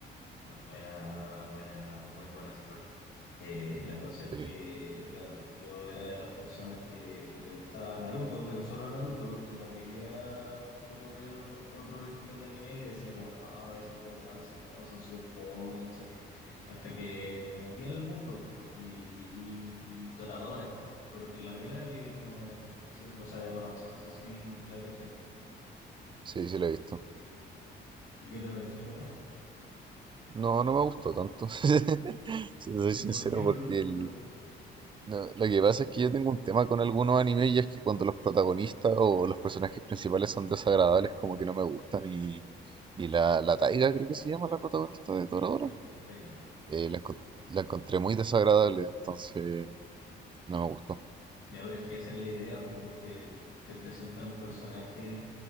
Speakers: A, on the left (about 75°); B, on the right (about 25°).
A: Buena, buena, muy buena esa parte. Eh, la cosa es que,
B: sí,
A: claro, yo era de las personas que le gustaba Naruto, pero solo Naruto, y no quería como ver otros estilos de anime y decía como, no, esos de romance, no, son súper fome y no sé qué. Hasta que me metí en el mundo po, y vi Toradora, por, la primera que vi como de anime, no sé, o sea, de romance, no sé si la cachai.
B: sí, sí, lo he visto.
A: ¿Y ¿Qué te pareció buena?
B: No, no me gustó tanto, <laughs> si
A: <laughs>
B: te soy sincero,
A: ¿Y por qué no
B: porque
A: te gustó
B: el,
A: tanto?
B: No, lo que pasa es que yo tengo un tema con algunos animes y es que cuando los protagonistas o los personajes principales son desagradables, como que no me gustan. Y, y la, la Taiga, creo que se llama la protagonista de Toradora,
A: Sí, está
B: eh, la, encon- la encontré muy desagradable, entonces no me gustó.
A: Ya, pero es que esa es la idea, pues, porque te presentan un personaje